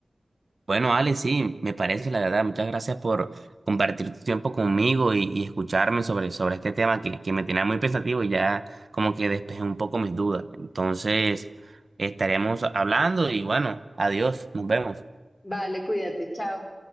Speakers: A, on the right; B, on the left.
A: Bueno, Ale, sí, me parece, la verdad. Muchas gracias por compartir tu tiempo conmigo y, y escucharme sobre, sobre este tema que, que me tenía muy pensativo y ya como que despejé un poco mis dudas. Entonces, estaremos hablando y bueno, adiós, nos vemos.
B: Vale, cuídate, chao.